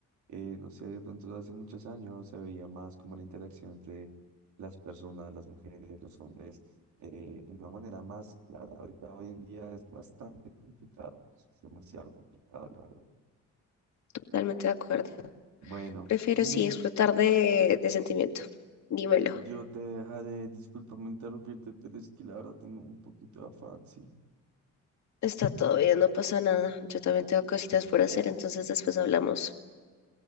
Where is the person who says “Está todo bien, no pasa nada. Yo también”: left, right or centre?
Left